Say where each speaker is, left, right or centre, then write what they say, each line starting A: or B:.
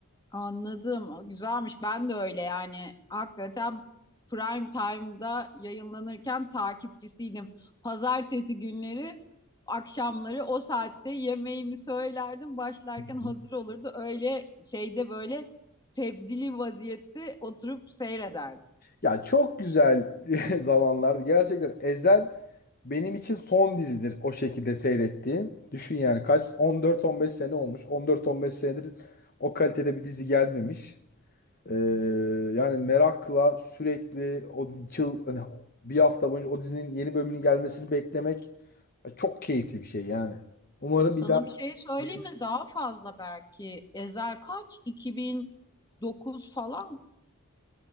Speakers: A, on the left; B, on the left.
A: Anladım. O Güzelmiş. Ben de öyle yani. Hakikaten prime time'da yayınlanırken takipçisiydim. Pazartesi günleri akşamları o saatte yemeğimi söylerdim. Başlarken
B: Hı
A: hazır
B: hı.
A: olurdu. Öyle şeyde böyle tebdili vaziyette oturup seyrederdim.
B: Ya çok güzel <laughs> zamanlardı. Gerçekten Ezel benim için son dizidir o şekilde seyrettiğim. Düşün yani kaç 14-15 sene olmuş. 14-15 senedir o kalitede bir dizi gelmemiş. Ee, yani merakla sürekli o çıl, hani bir hafta boyunca o dizinin yeni bölümünün gelmesini beklemek çok keyifli bir şey yani. Umarım
A: Sana
B: bir daha
A: bir şey söyleyeyim
B: yenisi
A: mi? Daha fazla belki. Ezel kaç? 2009 falan.